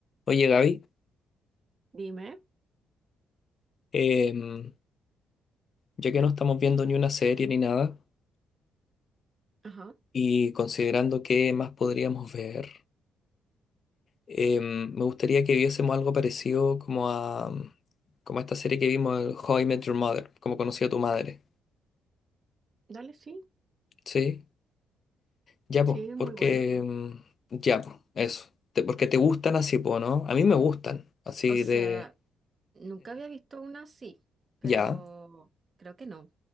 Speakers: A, on the left; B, on the right.
A: Oye, Gaby,
B: Dime.
A: em, ya que no estamos viendo ni una serie ni nada,
B: Ajá.
A: y considerando qué más podríamos ver, em, me gustaría que viésemos algo parecido como a, como a esta serie que vimos, el How I Met Your Mother, como conocí a tu madre,
B: Dale, sí.
A: ¿sí? Ya, pues,
B: Sí, muy
A: porque,
B: bueno.
A: em, ya, pues, eso, Te- porque te gustan así, pues, ¿no? A mí me gustan, así
B: O sea,
A: de,
B: nunca había visto una así, pero
A: ya,
B: creo que no.